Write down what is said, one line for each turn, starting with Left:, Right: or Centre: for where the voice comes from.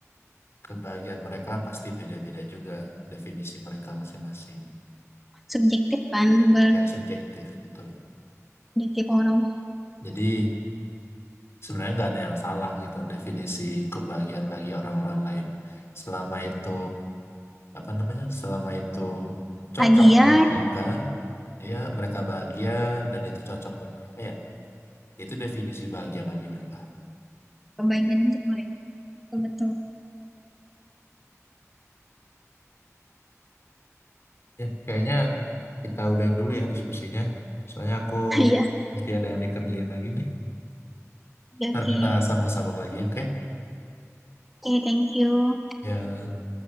Left: kebahagiaan mereka pasti beda-beda juga definisi mereka masing-masing
Centre: Subjektif kan bagi
Left: ya subjektif betul
Centre: tiap orang.
Left: jadi sebenarnya nggak ada yang salah gitu definisi kebahagiaan bagi orang-orang lain selama itu apa namanya selama itu cocok
Centre: Lagi ya
Left: buat mereka ya mereka bahagia dan itu cocok buat mereka ya itu definisi bahagia bagi mereka
Centre: kebahagiaan untuk mereka. Betul.
Left: ya kayaknya kita udahin dulu ya diskusinya soalnya aku
Centre: <laughs> Iya.
Left: mesti ada yang dikerjain lagi nih
Centre: Oke,
Left: ntar
Centre: oke.
Left: kita sambung-sambung lagi oke
Centre: Oke, thank you.
Left: ya